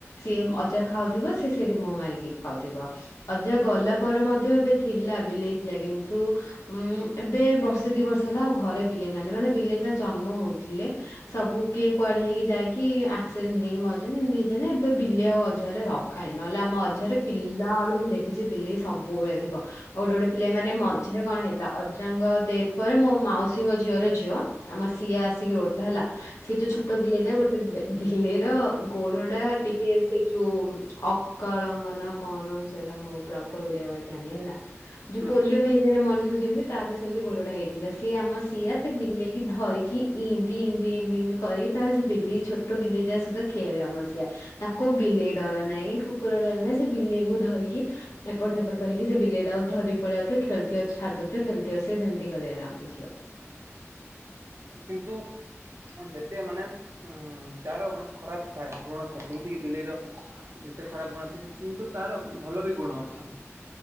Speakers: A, on the left; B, on the right.
A: ସିଏ ଅଜା ଖାଉଥିବ ସିଏ ସେଇଠି ମୁହଁ ମାରିକି ଖାଉଥିବ। ଅଜା ଗଲା ପରେ ମଧ୍ୟ ଏବେ ଥିଲା ବିଲେଇ ଥିଲା କିନ୍ତୁ ଉଁ ଏବେ ବ ବର୍ଷେ ଦି ବର୍ଷ ହେଲା ଆଉ ଘରେ ବିଲେଇ ନାହାନ୍ତି ମାନେ ବିଲେ ଛୁଆ ଜନ୍ମ ହଉଥିଲେ। ସବୁ କିଏ କୁଆଡ଼େ ହେଇକି ଯାଇକି ଆକ୍ସିଡେଣ୍ଟ୍ ହେଇକି ମରିଛନ୍ତି ଏମିତି ହେଇଛନ୍ତି ଏବେ ବିଲେଇ ଆଉ ଅଜା ଘରେ ରହୁ କାଇଁ ନହେଲେ ଆମ <unintelligible> ପିଲା ବେଳୁ ମୁଁ ଦେଖିଛି ବିଲେଇ ସବୁବେଳେ ଥିବ। ଆଉ ଗୋଟେ ଗୋଟେ ବିଲେଇ ମାନେ ମଝିରେ କଣ ହେଇଥିଲା ଅଜା ଙ୍କ ଡେଥ୍ ପରେ ମୋ ମାଉସୀଙ୍କ ଝିଅର ଝିଅ ଆମ ସିଆ ଆସିକି ରହୁଥିଲା ହେଲା ସିଏ ଯୋଉ
B: ହଁ
A: ଛୋଟ ବିଲେଇ ଯାଏ ଗୋଟେ ବିଲେଇ ର ଗୋଡ଼ ଟା ଟିକେ ସେ ଯୋଉ ଅକାଳଙ୍ଗନା କଣ ସେଇଟା ମୁଁ ପ୍ରପର ଓଡି଼ଆ‌ ୱାଡ଼ ଜାଣିନି ହେଲା। ଯୋଉ
B: ହୁଁ
A: ପୋଲିଓ ହେଇଯାଏ ମଣିଷ ଯେମିତି ତାର ସେମିତି ଗୋଡ଼ଟା ହେଇ ସିଏ ଆମ ସିଆ ସେ ବିଲେଇକି ଧରିକି <unintelligible> କରିକି ତା ସେ ବିଲେଇି ଛୋ। ଛୋଟ ବିଲେଇ <unintelligible> ସହିତ ଖେଳେ ଆମ ସିଆ। ତାକୁ ବିଲେଇ ଡ଼ର ନାହିଁ କୁକୁର ଡ଼ର ନାହିଁ ସେ ବିଲେଇକୁ ଧରିକି ଏପଟ ସେପଟ କରିକି ସେ ବିଲେଇଟାକୁ ଧରିକି ପଳେଇଆଉଥିବ ଖେଳୁଥିବ ଯଦି ଛାଡି ଦଉଥିବ ଖେଳୁଥିବ ସେ ସେମିତି କରିବାର। <unintelligible>
B: କିନ୍ତୁ ଯେତେ ମାନେ ଉଁ ଯାହାର ଖରାପ ଥାଏ ଗୁଣ ଥାଏ ଯେମିତି କିି ବିଲେଇର ଯେତେ ଖରାପ ଗୁଣ ଅଛି କିନ୍ତୁ ତାର ଭଲ ବି ଗୁଣ ଅଛି।